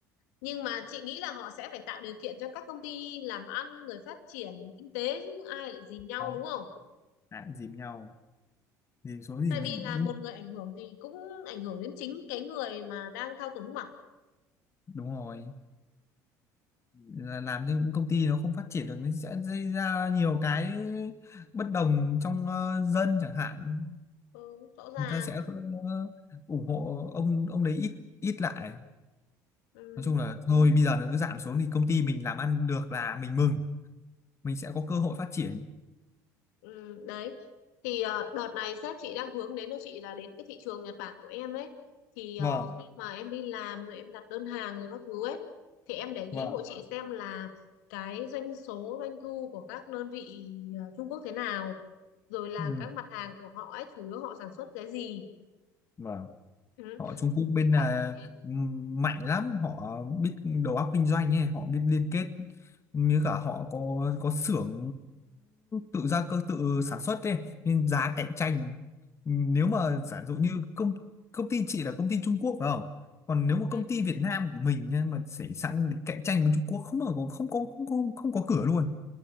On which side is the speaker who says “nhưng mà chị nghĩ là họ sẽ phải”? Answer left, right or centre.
Left